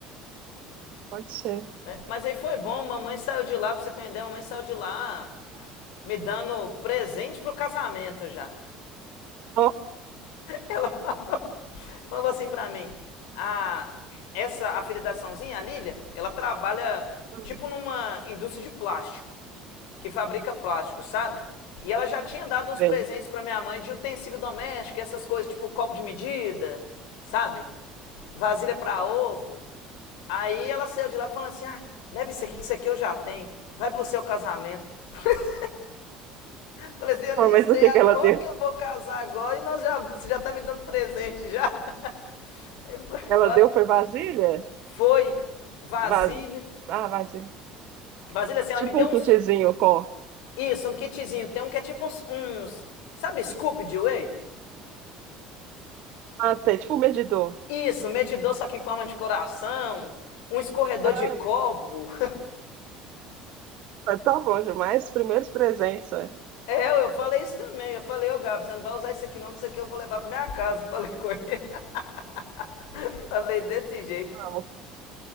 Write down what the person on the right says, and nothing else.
Pode ser.
Nossa,
tudo
bem.
Ah, Mas
o que
que ela
deu?
Ela deu foi vasilha?
Vas... Ah, vasilha.
Tipo
um
kitzinho com.
Ah, sei, tipo um medidor.
Ah,
meu
Deus, tá bom demais. Primeiros presentes, né?
Vamos.